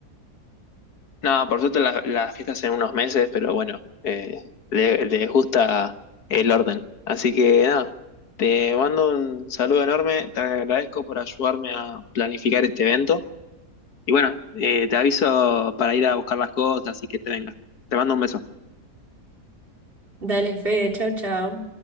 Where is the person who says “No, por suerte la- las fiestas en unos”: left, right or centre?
Left